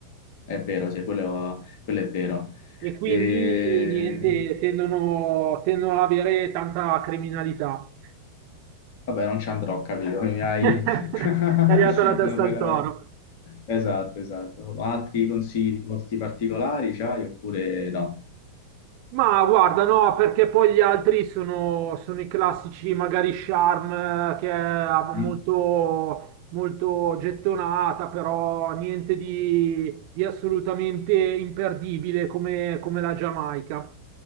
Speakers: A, on the left (about 45°); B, on the right (about 45°).
A: è vero, sì, quello, quello è vero.
B: E quindi
A: E...
B: niente, tendono, tendono ad avere tanta criminalità.
A: Vabbè, non ci andrò, capito? Mi
B: <laughs>
A: hai...
B: È
A: <laughs>
B: arrivato la testa
A: non me
B: al
A: la-
B: toro.
A: Esatto, esatto. Ma altri consigli di posti particolari c'hai oppure no?
B: Ma guarda, no, perché poi gli altri sono, sono i classici, magari Charm, eh, che è
A: Mm?
B: molto, molto gettonata, però niente di, di assolutamente imperdibile come, come la Giamaica.